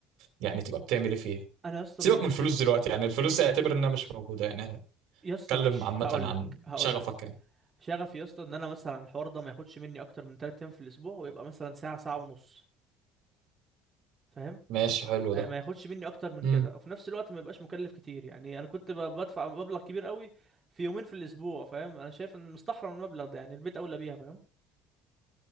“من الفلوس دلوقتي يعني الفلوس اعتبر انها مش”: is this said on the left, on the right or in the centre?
Right